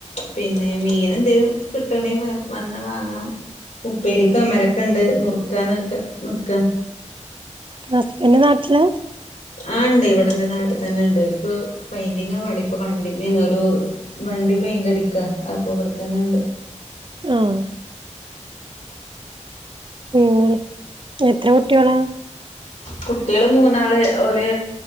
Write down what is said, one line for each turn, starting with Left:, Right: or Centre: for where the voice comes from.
Left: പിന്നെ മീൻ എന്തേലും കിട്ടണേ വ വന്നാ വാങ്ങണം- ഉപ്പേരിക്ക് അമരക്കാണ്ട് നുറുക്കാനാട്ട് നിക്കാ-
Right: ഹസ്ബൻഡ് നാട്ടിലാ-
Left: ആഹ് ഇണ്ട് ഇവിടെന് നാട്ടിൽ തന്നെ ഉണ്ട് ഇവർക്ക് പെയിന്റിങ്ങാ പണി ഇപ്പൊ വണ്ടിമ്മേന്നൊരു- വണ്ടി പെയിന്റ് അടിക്കാ അപ്പൊ ഇവിടെത്തന്നെണ്ട്-
Right: ആഹ് - അങ്ങനെ എത്ര കുട്ടികളാ-
Left: കുട്ടികള് മൂന്നാള് ഓല്